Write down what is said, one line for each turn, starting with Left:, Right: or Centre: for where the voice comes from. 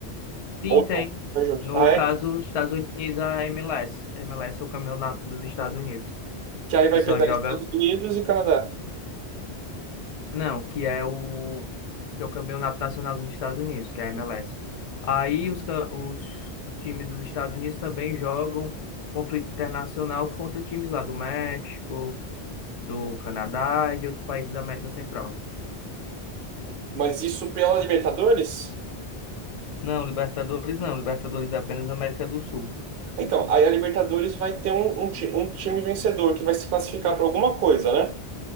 Left: Sim,
Right: Ou
Left: tem.
Right: não? Vai junto.
Left: No
Right: Aí,
Left: caso, os Estados Unidos, a MLS. MLS é o campeonato dos Estados Unidos,
Right: que aí vai
Left: que só
Right: pegar
Left: joga,
Right: Estados Unidos e Canadá.
Left: não, que é o que é o campeonato nacional dos Estados Unidos, que é a MLS. Aí os, ca- os times dos Estados Unidos também jogam conflito internacional contra times lá do México, do Canadá e de outros países da América Central.
Right: Mas isso pela Libertadores?
Left: Não, Libertadores não. Libertadores é apenas América do Sul.
Right: Então, aí a Libertadores vai ter um, um, ti- um time vencedor que vai se classificar para alguma coisa, né?